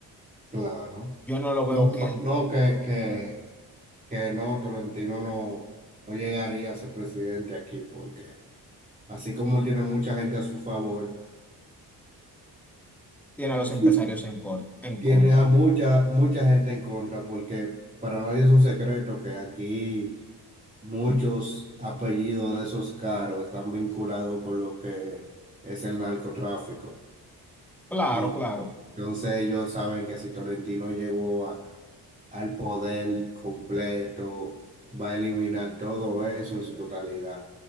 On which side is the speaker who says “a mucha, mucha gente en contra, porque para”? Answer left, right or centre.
Right